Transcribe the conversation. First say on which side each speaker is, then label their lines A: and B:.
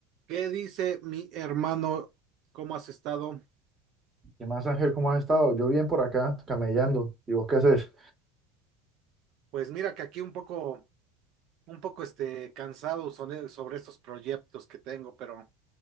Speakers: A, on the right; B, on the right.
A: ¿Qué dice mi hermano? ¿Cómo has estado?
B: ¿Qué más, Ángel? ¿Cómo has estado? Yo bien por acá, camellando. ¿Y vos qué haces?
A: Pues mira que aquí un poco, un poco este, cansado sobre, sobre estos proyectos que tengo, pero